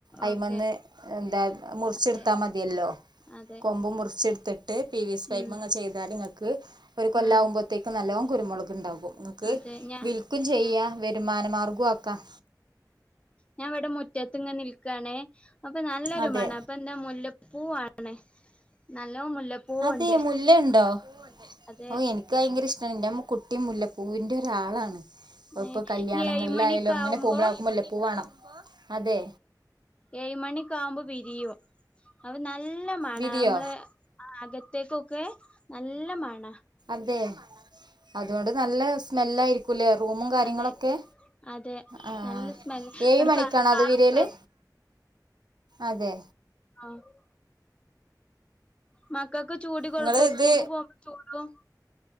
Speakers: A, on the right; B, on the left.
A: അയിമന്ന്
B: ഓക്കെ
A: എന്താ മുറിച്ചെടുത്താ
B: അതെ
A: മതിയല്ലോ
B: അതെ
A: കൊമ്പ് മുറിച്ചെടു പി വിസി പൈപ്പ്ങ്ങ്
B: ഉം
A: ചെയ്താൽ നിങ്ങൾക്ക് ഒരു കൊല്ലാപോത്തേക്കും
B: ആ
A: നല്ലോ കുരുമുളക് ഉണ്ടാകും. നിങ്ങക്ക്
B: അതെ ഞാൻ
A: വിൽക്കും ചെയ്യാ വരുമാന മാർഗം ആക്കാം.
B: ഞാൻവിടെ മു റ്റത്തിങ്ങ നിൽക്കണേ അപ്പൊ നല്ലൊരു
A: അതെ
B: മണം അപ്പൊ എന്താ മുല്ലപ്പൂവാണേ. നല്ലോം മുല്ലപ്പൂവുണ്ട്.
A: അതെ മുല്ലയുണ്ടോ
B: അതെ
A: ഓ എനിക്ക് ഭയങ്കര ഇഷ്ടമാണ്. എന്റെമ്മ കുട്ടി മുല്ല പൂവിന് എ ഒരാളാണ് ഇപ്പൊ
B: ഇനി
A: കല്യാണങ്ങളിലായാലും
B: ഏഴ് മണിയൊക്കെ
A: അങ്ങനെ
B: ആവുമ്പോ
A: പോകുമ്പോള ആവൾക്ക് മുല്ലപൂ വേണം. അതെ
B: ഏഴ് മണിക്ക ആവുമ്പോ വിരിയും. അ ന നല്ല മണാ
A: വിരിയോ
B: നമ്മള് ആ അകത്തേക്കൊക്കെ നല്ല മണാ
A: അതെ അതുകൊണ്ട് നല്ല സ്മെല്ലയിരിക്കുംല്ലേ റൂമും കാര്യങ്ങളൊക്കെ.
B: അതെ അതെ
A: ആ
B: നല്ല സ്മെല്
A: ഏഴ്
B: നടെ
A: മണിക്കാണോ
B: പ പ
A: അത് വിരിയല്
B: ണ്ട്
A: അതെ
B: <unintelligible> മക്കൾക്ക് ചൂടി കൊടുക്കും.
A: നിങ്ങള് ഇത്
B: സ്കൂൾക്ക് പോകുമ്പ ചൂടും.